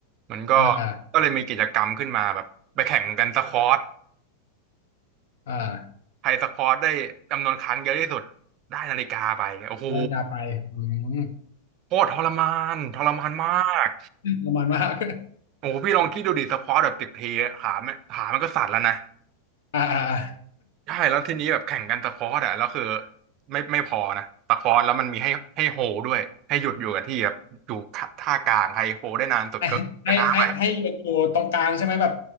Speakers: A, on the right; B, on the left.
A: มันก็
B: อ่าอ่า
A: ก็เลยมีกิจกรรมขึ้นมาแบบไปแข่งกันสควอต
B: อ่า
A: ใครสควอตได้จำนวนครั้งเยอะที่สุดได้นาฬิกาไปโอ้โห
B: ได้จะไปอืม
A: โคตรทรมานทรมานมาก
B: ประมาณมา <laughs> ก
A: โอ้โหพี่ลองคิดดูดิสควอตแบบสิบทีขาไม่ขามันก็สั่นแล้วนะ
B: อ่าอ่าอ่า
A: ใช่แล้วทีนี้แบบแข่งกันตะคอร์ดอะแล้วคือไม่ไม่พอนะตะคอร์ดแล้วมันมีให้ให้โฮด้วยให้หยุดอยู่กับที่แบบอยู่ท่ากลางใครโฮได้นานสุดก็ชนะไป
B: ให้ให้ให้ให้ยืนอยู่ตรงกลางใช่ไหมแบบ